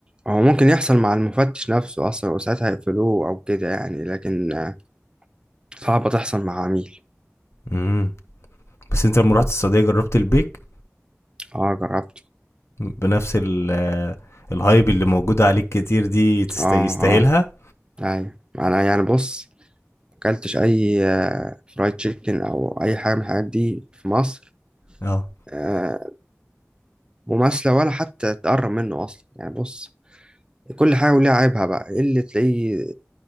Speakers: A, on the right; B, on the left.
A: هو ممكن يحصل مع المفتش نفسه أصلا وساعتها يقفلوه أو كده يعني لكن آه، صعبة تحصل مع عميل
B: امم بس انت لما رحت السعوديه جربت البيك
A: اه جربت
B: بنفس ال آه، الهايب اللي موجوده عليك كتير دي تست...
A: اه
B: يستاهلها
A: اه أيوة أنا يعني بص مكلتش أي آه، فرايد تشيكن أو أي حاجة من الحاجات دي في مصر
B: اه
A: آه، مماثلة ولا حتى تقرب منه أصلا يعني بص كل حاجة وليها عيبها بقى إيه اللي تلاقيه